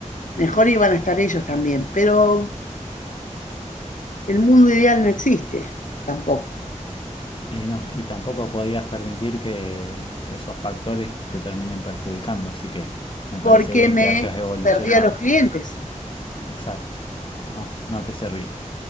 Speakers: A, on the left; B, on the left.
A: mejor iban a estar ellos también. Pero el mundo ideal no existe tampoco,
B: Y no, y tampoco podías permitir que, que esos factores te terminen perjudicando, así que me parece
A: porque
B: bien
A: me
B: que hayas evolucionado.
A: perdía los clientes.
B: Exacto. No, no te servía.